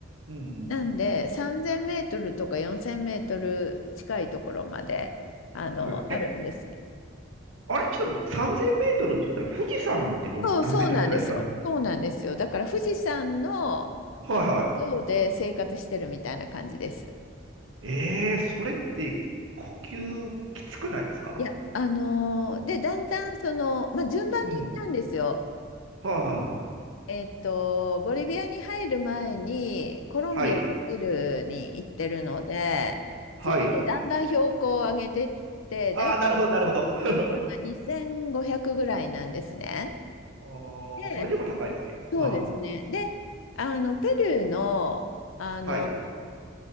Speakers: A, on the right (about 80°); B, on the left (about 85°).
A: うん
B: なんで、3000メートルとか4000メートル近いところまで、あの、
A: はいえ、
B: あるんです。
A: あれ、ちょっと待って、3000メートルって言ったら、富士山ってど何メートルぐらいですか
B: そう、そうなんですよ。そうなんですよ。だから富士山の
A: はいは
B: 頂上で生活してるみたいな感じです。
A: い。えー、それって呼吸きつくないですか
B: いや、あのーで、だんだんその、まあ、順番に行ったんですよ。
A: うん。はあ、はあ、
B: えっと、ボリビアに入る前にコロンビアとペルーに行ってるので、
A: はい。はい。
B: そこでだんだん標高を上げてって、
A: ああ、
B: 大体
A: なるほど、なるほど。<laughs>
B: が2500ぐらいなんですね。
A: ああ、
B: で、
A: それでも高いですね。
B: そうですね。
A: はい、
B: で、あの、ペルーの、あの
A: はい。